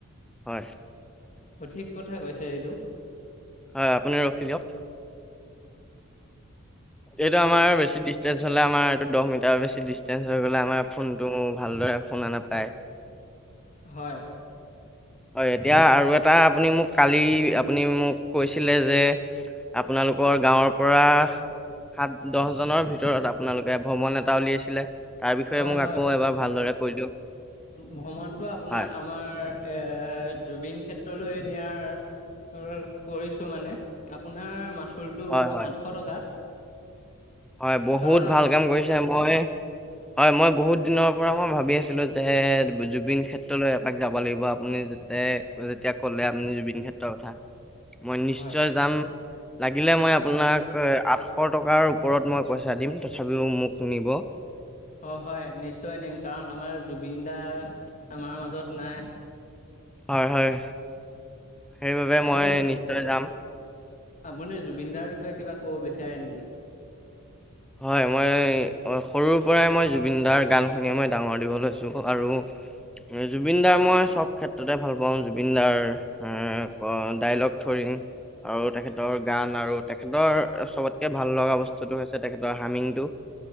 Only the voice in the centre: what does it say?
হয়।
হয় আপুনি ৰখি দিয়ক। এইটো আমাৰ বেছি দিছ ডিঞ্চ হলে আমাৰটো দহ মিটাৰ বেছি ডিচটেন্ঞ্চ হৈ গ'লে আমাৰ ফোনটো ভালদৰে শুনা নাপায়।
হয়, এতিয়া আৰু এটা আপুনি মোক কালি আপুনি মোক কৈছিলে যে আপোনালোকৰ গাঁৱৰ পৰা সাত, দহজনৰ ভিতৰত আপোনালোকে ভ্ৰমণ এটা উলিয়াইছিলে। তাৰ বিষয়ে
মোক
আকৌ এবাৰ ভালদৰে কৈ দিয়ক।
হয়
হয় হয়
হয়, বহুত
ভাল কাম কৰিছে। মই হয়, মই বহুত দিনৰ পৰা মই ভাবি আছিলো যে জুবিন ক্ষেত্ৰলৈ এপাক যাব লাগিব। আপুনি য যে যেতিয়া ক'লে আপুনি জুবিন ক্ষেত্ৰৰ কথা। মই নিশ্চয়
যাম। লাগিলে মই আপোনাক
আঠশ টকাৰ ওপৰত মই পইচা দিম, তথাপিও মোক নিব।
হয়, হয়। সেইবাবে মই
নিশ্চয় যাম।
হয়, মই সৰুৰ পৰাই মই জুবিন দাৰ গান শুনি মই ডাঙৰ-দীঘল হৈছোঁ আৰু জুবিন দাৰ মই চব ক্ষেত্ৰতে ভাল পাওঁ। জুবিন দাৰ <unintelligible> ডাইলগ থৰিম। আৰু তেখেতৰ গান আৰু তেখেতৰ চবতকে ভাল লগা বস্তুটো হৈছে তেখেতৰ হাৰ্মিংটো।